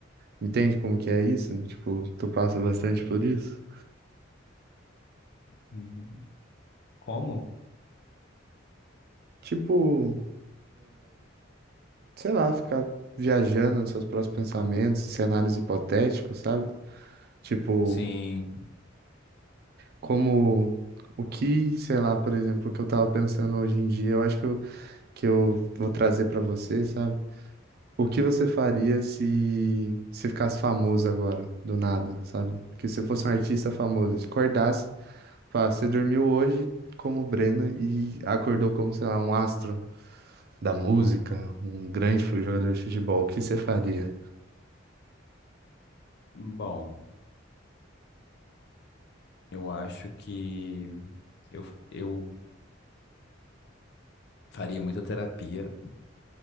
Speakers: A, on the right; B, on the left.
A: Entende como que é isso? Tipo, tu passa bastante por isso?
B: Hum, Como?
A: Tipo, sei lá, ficar viajando nos seus próprios pensamentos, cenários hipotéticos, sabe? Tipo,
B: Sim.
A: Como o que, sei lá, por exemplo, o que eu tava pensando hoje em dia, eu acho que eu, que eu vou trazer pra você, sabe? O que você faria se se ficasse famoso agora, do nada, sabe? Que você fosse um artista famoso, te acordasse, falasse, você dormiu hoje como Breno e acordou como, sei lá, um astro da música, um grande fu- jogador de futebol, o que você faria?
B: Bom, eu acho que eu, eu faria muita terapia